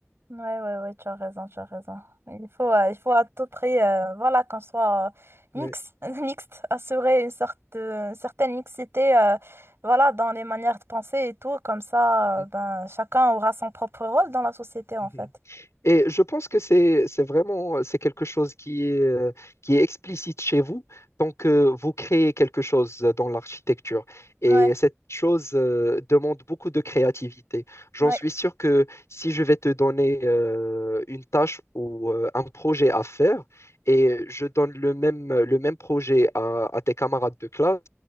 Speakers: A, on the right; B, on the left.
A: Ouais, ouais, ouais, tu as raison, tu as raison. Il faut, euh, il faut à tout prix, euh, voilà, qu'on soit euh, mix
B: Oui.
A: <laughs> mixte, assurer une sorte de- une certaine mixité, euh, voilà, dans les manières de penser et tout, comme ça,
B: Mhm,
A: euh, ben, chacun aura son propre rôle dans la société, en
B: mhm,
A: fait.
B: mhm. Et je pense que c'est c'est vraiment c'est quelque chose qui est euh, qui est explicite chez vous tant que vous créez quelque chose dans l'architecture. Et
A: Ouais,
B: cette chose euh, demande beaucoup de créativité. J'en
A: ouais,
B: suis sûr que si je vais te donner euh, une tâche ou euh, un projet à faire et je donne le même le même projet à, à tes camarades de classe,